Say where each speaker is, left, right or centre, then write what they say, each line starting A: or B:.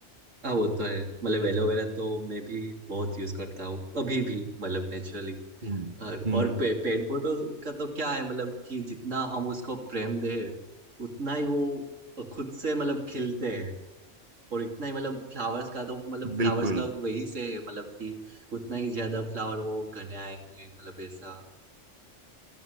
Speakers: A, on the right; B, on the right.
A: हाँ, वो तो है मतलब एलोवेरा तो मैं भी बहुत यूज करता हूँ अभी भी मतलब नेचुरली
B: हम्म
A: और
B: हम्म
A: और पे, पेड़ पौधों का तो क्या है मतलब कि जितना हम उसको प्रेम दे उतना ही वो खुद से मतलब खिलते हैं और इतना ही मतलब फ्लावर्स का तो मतलब फ्लावर्स
B: बिल्कुल
A: का वही से है मतलब कि उतना ही ज्यादा फ्लावर वो घने आएंगे मतलब ऐसा